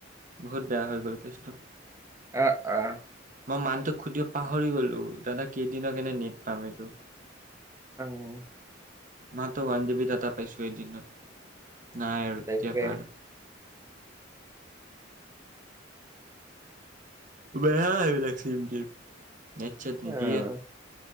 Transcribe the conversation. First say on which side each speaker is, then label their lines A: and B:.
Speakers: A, on the right; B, on the right.
A: বহুত বেয়া হৈ গ'ল কেছটো।
B: আ - আহ।
A: মই মানটোক সুধিব পাহৰি গলো, দাদা কেইদিনৰ কাৰণে নেট পাম এইটো।
B: উম।
A: মইতো ওৱান যিবি ডাটা পাইছোঁ এদিনত নাই আৰু
B: তাকে
A: তেতিয়াপা আৰু। বেয়া সেইবিলাক চিমটিম নেট চেট
B: আহ,
A: নিদিয়ে।